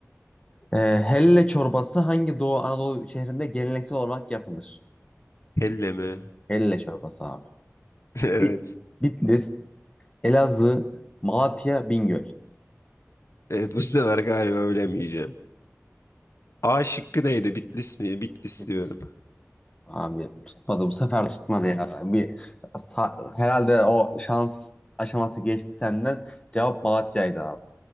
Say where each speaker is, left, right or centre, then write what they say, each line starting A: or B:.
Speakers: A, on the left (about 20°); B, on the left (about 65°).
A: Ee, helle çorbası hangi Doğu Anadolu şehrinde geleneksel olarak yapılır?
B: Helle mi?
A: Helle çorbası abi.
B: <laughs> Evet.
A: Bi- Bitlis, Elazığ, Malatya, Bingöl.
B: Evet bu sefer galiba bilemeyeceğim. A şıkkı neydi? Bitlis mi? Bitlis
A: Bitlis.
B: diyorum.
A: Abi tutmadı bu sefer tutmadı ya. Bir sa- herhalde o şans aşaması geçti senden. Cevap Malatya'ydı abi.